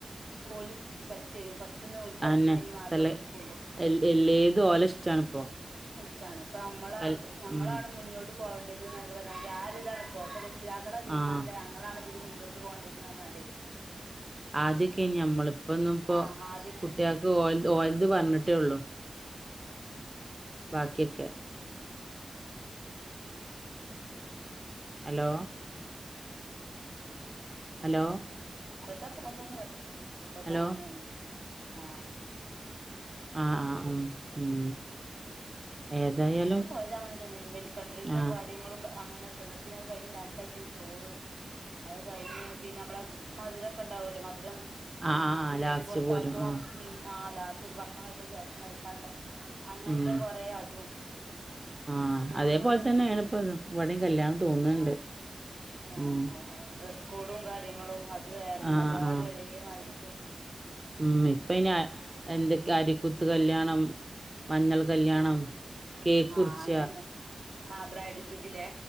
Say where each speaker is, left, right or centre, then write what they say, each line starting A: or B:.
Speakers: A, on the right; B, on the right.
A: ഓല് സെലക്ട് ചെയ്യും റ്റുന്ന് ഓൽക്ക് ഉറപ്പുണ്ടെങ്കി
B: അന്നെ
A: മാത്രമേ
B: സെല
A: ഓല് എടുക്കുള്ളൂ
B: എൽ എല്ലേതും ഓലെ ഇഷ്ടാണിപ്പോ
A: ഇഷ്ടമാണ് ഇപ്പ നമ്മള
B: എൽ
A: ഞങ്ങളാണ്
B: ഉം
A: മുന്നോട്ട് പോകേണ്ടത്ള്ള പറഞ്ഞ ആരിതാണ് ഇപ്പോത്തെ രഷ്‌ ക്ഷിതാക്കളുടെ തീരുമാനമല്ല
B: ആഹ്
A: ഞങ്ങളാണ് ഇതിൽ മുന്നോട്ട് പോകേണ്ടതന്ന് പറഞ്ഞാണ്ട്
B: ആദ്യൊക്കെ ഇനി നമ്മള ഇപ്പൊന്നും ഇപ്പോ
A: ആഹ് ആദ്യൊക്കെ
B: കുട്ടികൾക്ക് ഓലത് ഓലത് പറഞ്ഞിട്ടേ ഉള്ളു ബാക്കിയക്കെ ഹലോ ഹലോ
A: ഇപ്പത്തൊക്കെ അങ്ങനെ തന്നെയാണ് ഇപ്പക്കെ
B: ഹലോ
A: അങ്ങനെയാണ് ആഹ്
B: ആഹ് ആഹ് ഉം ഉം ഏതായാലും
A: പോയത് അങ്ങ തന്നെയാണ് വെൽക്കം ഡ്രിങ്കും
B: ആഹ്
A: കാ കാര്യങ്ങളും അങ്ങനെ കിട്ടന്നിട്ട് പിന്നെ അത് കഴിഞ്ഞ് രണ്ടായിറ്റം ചോറും അത് കഴിഞ്ഞ് പിന്നെ നമ്മള മധുരം ഒക്കെ ഉണ്ടാവല്ലോ മധുരം പിന്നെ
B: ആഹ് ആഹ് ആഹ്
A: ജിലേബി
B: ലാസ്റ്റ്
A: പോലത്തെ
B: പോരും
A: അതും
B: ആഹ്
A: ഉം ആഹ് ലാസ്റ്റ് ഭക്ഷണം കഴിച്ച ശേഷം കഴിക്കാളത് അങ്ങനത്തെ
B: ഉം
A: കൊറെ അതും
B: ആഹ്
A: ഫുള്ളും
B: അതേപോലെ
A: ഉണ്ടായിരുന്നു
B: തന്നെയാണ് പ്പ ത് ഇവടിം കല്യാണം തോന്നുന്നുണ്ട്
A: ഉം ആഹ് ആഹ്
B: ഉം
A: ആഹ് ഡ്രസ്സ് കോഡും കാര്യങ്ങളും അത് വേറെയും
B: ആഹ്
A: എല്ലാരും
B: ആഹ്
A: ഒരേമാതിരിക്ക്
B: ഉം ഇപ്പ അതിന് എന്തൊക്കെ അരിക്കൂത്ത് കല്യാണം മഞ്ഞൾ കല്യാണം
A: ആഹ്
B: കേക്കുറിച്ച
A: ആഹ് അങ്ങനെന്നെ ആഹ് ബ്രൈഡ് ടൂബിലേ